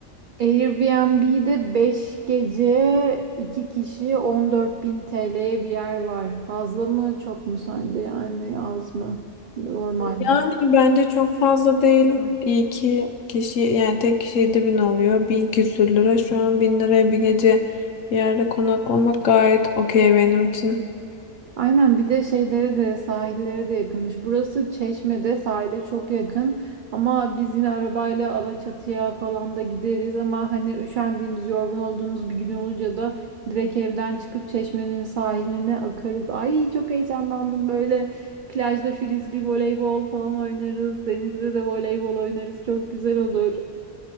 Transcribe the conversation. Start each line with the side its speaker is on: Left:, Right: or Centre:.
Right: Airbnb'de 5 gece 2 kişi 14 bin TL'ye bir yer var. Fazla mı çok mu sence yani az mı? Normal.
Left: Yani bence çok fazla değil. İyi ki kişi yani tek kişi 7000 bin alıyor. Bin küsür lira. Şu an bin liraya bir gece bir yerde konaklamak gayet okey benim için.
Right: Aynen bir de şeylere de sahillere de yakınmış. Burası Çeşme'de sahile çok yakın ama biz yine arabayla Alaçatı'ya falan da gideriz ama hani üşendiğimiz, yorgun olduğumuz bir gün olunca da direkt evden çıkıp Çeşme'nin sahiline akarız. Ay çok heyecanlandım böyle plajda frisbee, voleybol falan oynarız. Denizde de voleybol oynarız. Çok güzel olur.